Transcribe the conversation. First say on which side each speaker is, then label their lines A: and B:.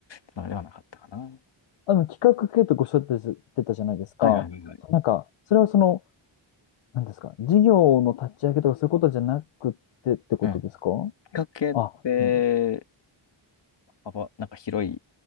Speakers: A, on the left; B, on the left.
A: つながりはなかったかな。は
B: あの、企画系とごおっしゃっててたじゃないですか。
A: いはいはいはい。
B: なんか、それはその、なんですか、事業の立ち上げとかそういうことじゃなくてってことですか
A: うん。企画系って、
B: あ、う
A: 幅、なんか広い